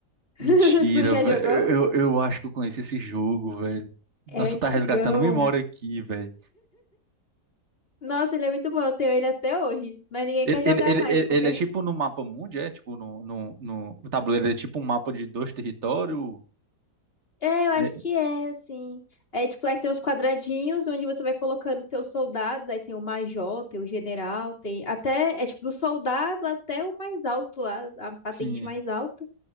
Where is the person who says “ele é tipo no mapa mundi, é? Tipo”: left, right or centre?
Right